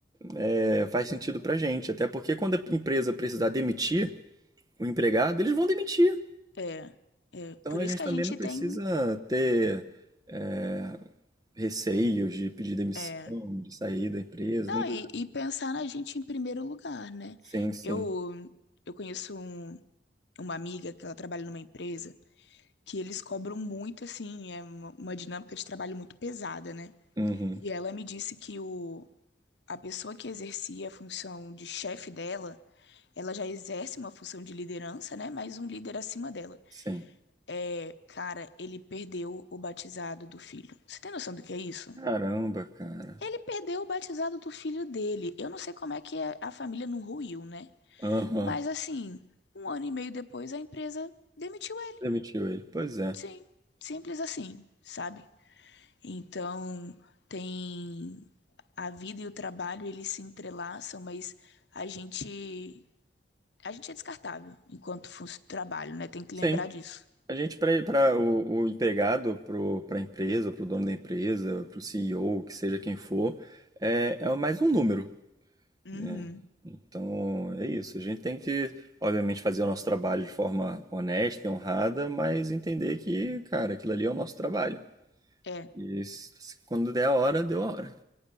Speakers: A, on the right; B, on the left.
A: é, faz sentido pra gente. Até porque quando a empresa precisar demitir o empregado, eles vão demitir.
B: É, é
A: Então
B: por
A: a
B: isso
A: gente
B: que
A: também
B: a gente
A: não precisa
B: tem.
A: ter. é, receios de pedir demissão,
B: É,
A: de sair da empresa,
B: não,
A: nem
B: e,
A: nada.
B: e pensar na gente em primeiro lugar, né?
A: Sim, sim.
B: Eu, eu conheço um- uma amiga que ela trabalha numa empresa. que eles cobram muito, assim, é uma uma dinâmica de trabalho muito pesada, né?
A: Uhum.
B: E ela me disse que o, a pessoa que exercia a função de chefe dela, ela já exerce uma função de liderança, né? Mas um líder acima dela.
A: Sim.
B: É, cara, ele perdeu o batizado do filho. Você tem noção do que é isso?
A: Caramba, cara.
B: Ele perdeu o batizado do filho dele. Eu não sei como é que a, a família não ruiu, né?
A: Aham.
B: Mas assim, um ano e meio depois a empresa demitiu ele.
A: Demitiu ele. Pois é.
B: Sim, simples assim, sabe? Então, tem a vida e o trabalho, eles se entrelaçam, mas a gente a gente é descartável enquanto fosse trabalho, né? Tem que
A: Sim.
B: lembrar disso.
A: A gente, para para o, o empregado, para a empresa, para o dono da empresa, para o CEO, que seja quem for, é, é mais um número,
B: Uhum.
A: né? Então, é isso. A gente tem que, obviamente, fazer o nosso trabalho de forma honesta e honrada, mas entender que, cara, aquilo ali é o nosso trabalho.
B: É,
A: E se- quando der a hora, deu a hora.